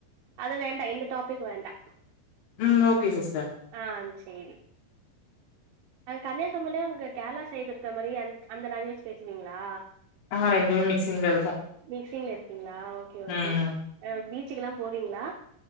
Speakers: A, on the right; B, on the left.
A: அது வேண்டா இந்த டாபிக் வேண்டா
B: ம் ஓஎகே சிஸ்டர்
A: ஆ சேரி அ கன்னியாகுமாரிலயு உங்க கேரளா சைடு இருக்கற மாரியே அந் அந்த லேங்க்வேஜ் பேசுவீங்ளா
B: ஆ ரெண்டுமே மிக்சிங்ல இருக்கு
A: மிஸின்ல இருக்கீங்ளா ஓகே ஓகே
B: ம்
A: ஆ பீச்சுக்கெல்லா போவீங்ளா